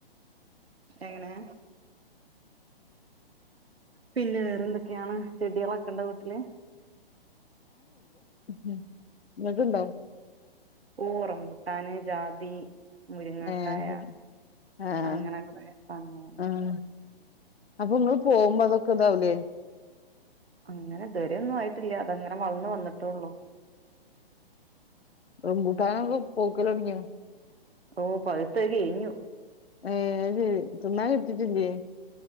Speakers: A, on the right (about 80°); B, on the left (about 80°).
A: എങ്ങനെ പിന്നെ വേറെന്തൊക്കെയാണ് ചെടികളൊക്കെണ്ട വീട്ടിൽ
B: ഉം നിങ്ങൾക്ക്ണ്ടോ?
A: ഓ റമ്പുട്ടാന് ജാതി മുരുങ്ങക്കായ
B: ഏ ആഹ്
A: അങ്ങനെക്കെ സധങ്ങളുണ്ട്.
B: ആഹ് അപ്പൊ ഇങ്ങൾ പോകുമ്പോ അതൊക്കെ ഇതാവൂലേ
A: അങ്ങനെ ഇതുവരൊന്നും ആയിട്ടില്ല അതങ്ങനെ വളർന്ന് വന്നിട്ടൊള്ളു.
B: റമ്പൂട്ടാൻ പൂക്കലോടിങ്ങയോ?
A: ഓ പകുത്ത ക്കഴഞ്ഞു.
B: ഏ ശരി തിന്നാകിട്ടീട്ടില്ലയേ?